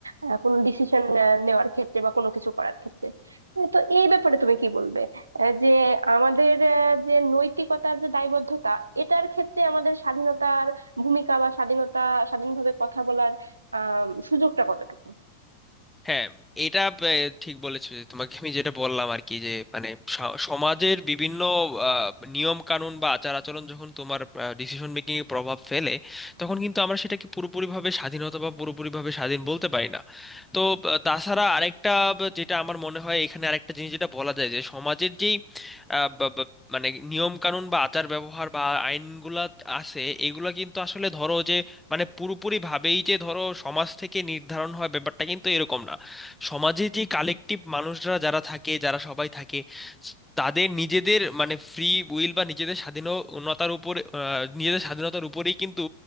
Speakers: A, on the right; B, in the centre.
A: আহ, কোনো ডিসিশন নেওয়ার ক্ষেত্রে বা কোনো কিছু করার ক্ষেত্রে আহ, তো এই ব্যাপারে তুমি কি বলবে আহ, যে আমাদের আহ, যে নৈতিকতার যে দায়বদ্ধতা এটার ক্ষেত্রে আমাদের স্বাধীনতার ভূমিকা বা স্বাধীনতা স্বাধীনভাবে কথা বলার আহ সুযোগটা কতটুকু
B: হ্যাঁ এটা আহ, ঠিক বলেছো যে তোমাকে আমি যেটা বললাম আর কি যে মানে স- সমাজের বিভিন্ন আহ, নিয়ম কানুন বা আচার আচরণ যখন তোমার ডিসিশন মেকিং এ প্রভাব ফেলে তখন কিন্তু আমরা সেটাকে পুরোপুরিভাবে স্বাধীনতা বা পুরোপুরিভাবে স্বাধীন বলতে পারি না তো আহ, তাছাড়া আরেকটা বা যেটা আমার মনে হয় এখানে আরেকটা জিনিস যেটা বলা যায় যে সমাজের যেই আহ, বা- বা- মানে নিয়ম কানুন বা আচার ব্যবহার বা আইনগুলা আছে এগুলা কিন্তু আসলে ধরো যে মানে পুরোপুরি ভাবেই যে ধরো সমাজ থেকে নির্ধারণ হয় ব্যাপারটা কিন্তু এরকম না সমাজে যে কালেকটিভ মানুষরা যারা থাকে যারা সবাই থাকে তাদের নিজেদের মানে ফ্রি উইল বা নিজেদের স্বাধীনতার উপরে আহ, নিজেদের স্বাধীনতার উপরেই কিন্তু